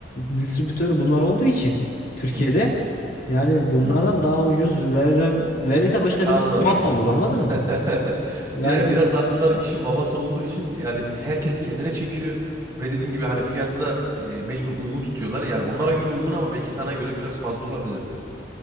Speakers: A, on the left; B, on the right.
A: distribütörü bunlar olduğu için Türkiye'de
B: Hı hı.
A: yani bunlardan
B: Hmm.
A: daha ucuz vere- verirse başka
B: Anladım.
A: birisi tuhaf olur anladın
B: <laughs>
A: mı? Yani
B: Bir- Biraz daha bunlar işin babası olduğu için yani herkesi kendine çekiyor ve dediğin gibi hani fiyatı da e, mecbur uygun tutuyorlar. Yani onlara göre uygun ama belki sana göre biraz fazla olabilir.